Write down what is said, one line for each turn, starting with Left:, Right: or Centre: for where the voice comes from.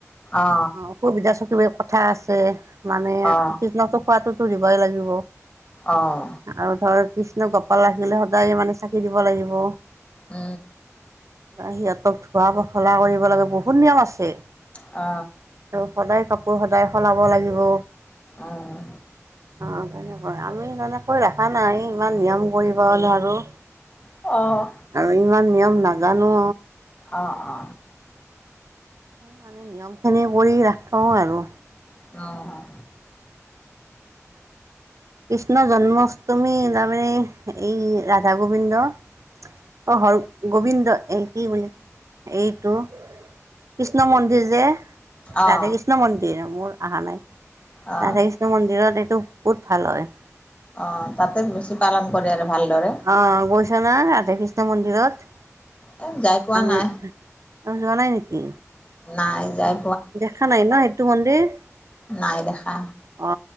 Left: অ
Right: অসুবিধা চ কিবা কথা আছে মানে
Left: অ
Right: কৃষনক খোৱাতটোতো দিবই লাগিব
Left: অঁ
Right: আৰু ধৰ কৃষ্ণ গপাল ৰাখিলে সদায় মানে চাকি দিব লাগিব
Left: উ
Right: সিহঁতক ধোৱা পখলা কৰিব লাগে বহুত নিয়ম আছে
Left: অ
Right: আৰু সদায় কাপোৰ সদায় সলাব লাগিব
Left: আহ
Right: অঁ তেনেকৈ আমি তেনেকৈ ৰখা নাই ইমান নিয়ম কৰিব নোৱাৰোঁ
Left: অঁ
Right: আৰু ইমান নিয়ম নাজানো
Left: অ অ
Right: মানে নিয়মখিনি কৰি ৰাখোঁ আৰু
Left: অঁ
Right: কৃষ্ণ জন্মাষ্টমী তাৰমানে এই ৰাধা গোবিন্দ অ হৰ গো গোবিন্দ এই কি বুলি এইটো কৃষ্ণ মন্দিৰ যে
Left: অ অ
Right: ৰাধা কৃষ্ণ মন্দিৰ মোৰ অহা নাই
Left: অ
Right: ৰাধা কৃষ্ণ মন্দিৰত এইটো বহুত ভাল হয়।
Left: অ' তাতে বেছি পালন কৰে আৰু ভালদৰে।
Right: অ গৈছা না ৰাধা কৃষ্ণ মন্দিৰত
Left: এ যাই পোৱা
Right: আমি
Left: নাই
Right: অ যোৱা নাই নেকি
Left: নাই যাই
Right: দেখা নাই ন সেইটো মন্দিৰ
Left: নাই দেখা
Right: অ